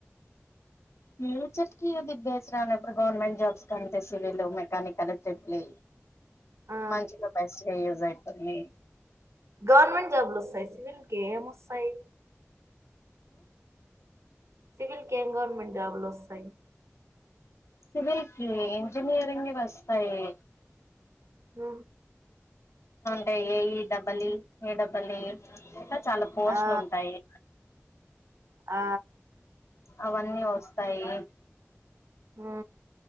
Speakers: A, on the left; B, on the right.
A: ఫ్యూచర్ కి అది బసి రానప్పుడు గవర్నమెంట్ జాబ్స్ కంటే సివిల్ మెకానిక్ల్ టప్లే
B: ఆ
A: మంచిగా బెస్ట్గా యూస్ అయితుంది
B: గవర్నమెంట్ జాబ్లు వస్తాయి సివిల్ కి ఏం వస్తాయి సివిల్ కి ఏం గవర్నమెంట్ జాబ్ లు వస్తాయి
A: సివిల్ కి ఇంజినయరింగ్ వస్తాయి
B: హ
A: టే ఏఈ డబలి ఏ డబల్ చాలా పోస్ట్లు
B: ఆ
A: ఉంటాయి
B: ఆ
A: అవన్నీ వస్తాయి
B: ఆ